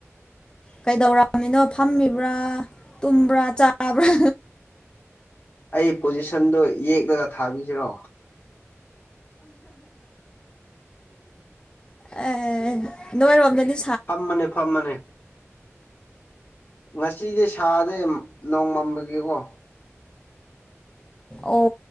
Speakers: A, on the left; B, on the left.
A: ꯀꯩꯗꯧꯔꯝꯃꯤꯅꯣ ꯐꯝꯃꯤꯕ꯭ꯔꯥ ꯇꯨꯝꯕ꯭ꯔꯥ ꯆꯥꯕ꯭ꯔꯥ
B: ꯑꯩ ꯄꯣꯖꯤꯁꯟꯗꯣ ꯌꯦꯛꯂꯒ ꯊꯥꯕꯤꯁꯤꯔꯣ
A: ꯑ ꯅꯣꯏ ꯔꯣꯝꯗꯗꯤ
B: ꯐꯝ ꯕꯅꯦ ꯐꯝꯕꯅꯦ ꯉꯁꯤ ꯁꯤꯁꯦ ꯁꯥꯗꯦ ꯅꯧꯃꯟꯕꯒꯤꯀꯣ <inaudible>
A: ꯑꯣ